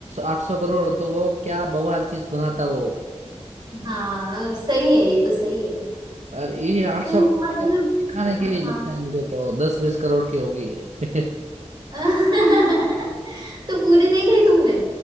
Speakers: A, on the right; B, on the right.
A: आठ सौ करोड़ तो वो क्या बवाल चीज बनाता वो
B: हाँ अब सही है ये तो सही है
A: और ये आठ
B: तो
A: सौ मतलब
B: मतलब
A: दिखाने के लिए
B: हाँ
A: लगता है मुझे तो दस बीस करोड़ की होगी <laughs>
B: <laughs> तो पूरी देख ली तुमने